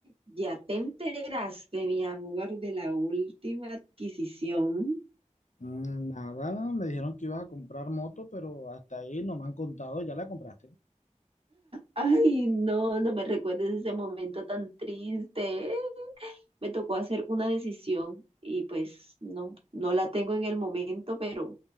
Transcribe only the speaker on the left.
Mm, Nada, me dijeron que ibas a comprar moto, pero hasta ahí no me han contado, ya la compraste.